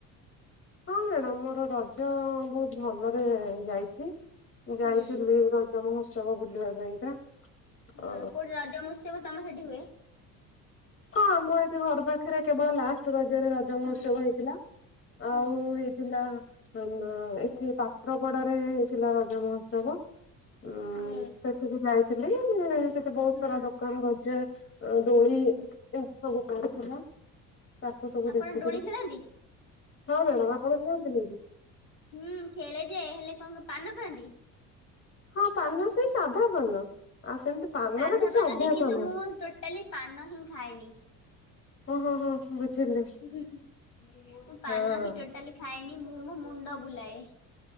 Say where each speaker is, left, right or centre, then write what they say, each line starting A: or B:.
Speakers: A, on the left; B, on the left.
A: ହଁ ମ୍ୟାଡାମ ମୋର ରଜ ବହୁତ ଭଲରେ ଯାଇଛି ଯାଇଥିଲି
B: ହୁଁ
A: ର ରଜ ମହୋତ୍ସବ ବୁଲିବା ପାଇଁକା।
B: ହଁ
A: ଅ
B: କୋଉଠି ରଜ ମହୋତ୍ସବ ତମ ସେଠି ହୁଏ?
A: ହଁ ଆମର ଏଠି ଘର ପାଖରେ କେବଳ ଲାଷ୍ଟ ରଜରେ ରଜ
B: ହୁଁ
A: ମହୋତ୍ସବ ହେଇଥିଲା। ଆଉ
B: ହୁଁ।
A: ହେଇଥିଲା, ଆ
B: ହୁଁ
A: ଏଠି ପାତ୍ରପଡାରେ ହେଇଥିଲା ରଜ ମହୋତ୍ସବ। ଉଁ
B: ହୁଁ
A: ସେଠିକ୍ ଯାଇଥିଲି। ସେ ବହୁତ
B: ହୁଁ
A: ସାରା ଦୋକାନ ବଜାର, ଦୋଳି ଏମିତି
B: ହୁଁ
A: ସବୁ ପଡିଥିଲା। ତାକୁ ସବୁ
B: ଆପଣ
A: ଦେଖିଥିଲି।
B: ଦୋଳି ଖେଳନ୍ତି?
A: ହଁ ମ୍ୟାଡ଼ାମ ଆପଣ ଖେଳନ୍ତିନି କି,
B: ହୁଁ ଖେଳେ ଯେ ହେଲେ କଣ କ ପାନ ଖାଆନ୍ତି?
A: ହଁ ପାନ ସେଇ ସାଧା ପାନ ଆଉ ସେମିତି ପାନର
B: ସାଧା
A: କିଛି
B: ପାନ
A: ଅଭ୍ୟାସ
B: ଯେ କିନ୍ତୁ
A: ନାହିଁ।
B: ମୁଁ ଟୋଟାଲି ପାନ ହିଁ ଖାଏନି।
A: ହଁ ହଁ ହଁ ବୁଝିଲି
B: ମୁଁ ପାନ
A: ହଁ
B: ହିଁ ଟୋଟାଲି ଖାଏନି ମୁଁ ମୋ ମୁଣ୍ଡ ବୁଲାଏ।